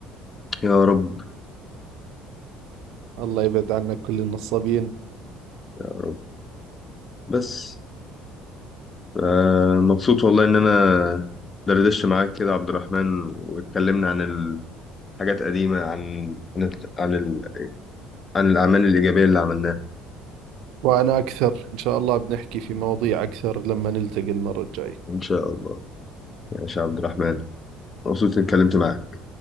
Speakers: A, on the left; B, on the right.
A: يا رب
B: الله يبعد عنك كل النصابين
A: يا رب بس آه مبسوط والله ان انا دردشت معاك كده يا عبد الرحمن واتكلمنا عن الحاجات قديمة عن عن ال- عن, ال... عن الاعمال الايجابية اللي عملناها
B: وأنا أكثر إن شاء الله بنحكي في مواضيع أكثر لما نلتقي المرة الجاية
A: ان شاء الله يا شيخ عبد الرحمن مبسوط اني اتكلمت معاك